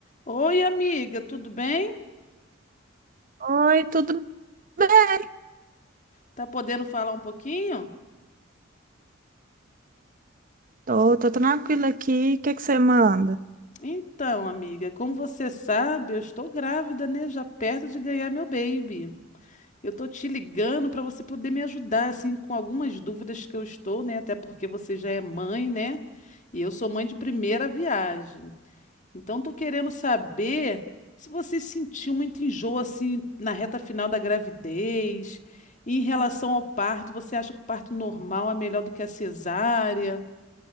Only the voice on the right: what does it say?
Oi, tudo bem?
Tô, tô tranquila aqui. O que é que você manda?